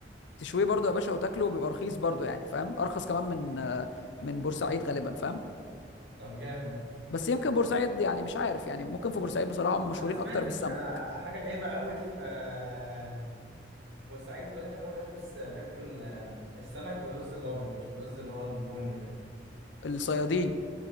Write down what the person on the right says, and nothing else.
طب جامد
انا سمعت
ان آه، حاجه غريبه قوي في آه، في بورسعيد بيقول لك ان هم بياكلوا الس... بياكلوا ال- آه، السمك بالرز الابيض مش بالرز اللي هو البني ده